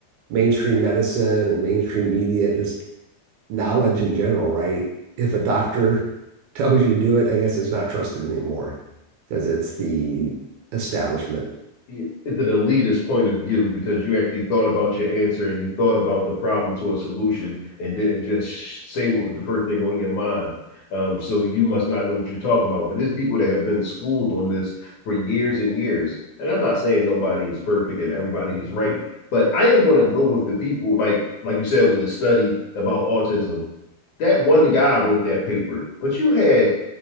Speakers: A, on the right (about 70°); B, on the left (about 55°).
A: mainstream medicine and mainstream media and just knowledge in general, right? If a doctor <laughs> tells you to do it, I guess it's not trusted anymore because it's the establishment,
B: is an elitist point of view because you actually thought about your answer and you thought about the problem to a solution and didn't just say what was the first thing on your mind. Um, so you must not know what you're talking about. But there's people that have been schooled on this for years and years. And I'm not saying nobody is perfect and everybody is right, but I am going to go with the people like like you said with the study about autism. That one guy wrote that paper, but you had